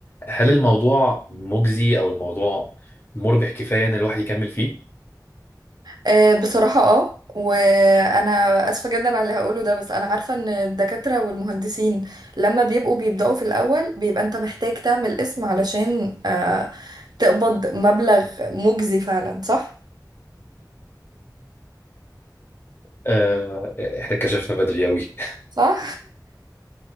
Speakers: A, on the left; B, on the right.
A: هل الموضوع مجزي او الموضوع مربح كفايه ان الواحد يكمل فيه؟
B: آه، بصراحة اه وانا اسفة جدا على اللي هقوله ده بس انا عارفة ان الدكاترة والمهندسين لما بيبقوا بيبدأوا في الاول بيبقى انت محتاج تعمل اسم علشان آه، تقبض مبلغ مجزي فعلا صح؟
A: آه، احنا كشفنا بدري قوي
B: صح؟